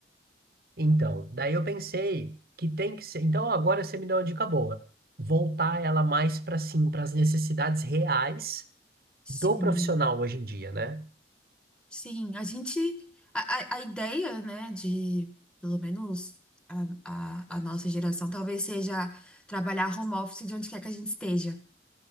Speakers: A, on the right (about 55°); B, in the centre.
A: Então, daí eu pensei que tem que ser. Então, agora você me deu uma dica boa. Voltar ela mais para sim, para as necessidades reais
B: Sim,
A: do profissional hoje em dia, né?
B: sim. A gente. A, a, a ideia, né, de, pelo menos, a, a, a nossa geração, talvez seja trabalhar home office de onde quer que a gente esteja.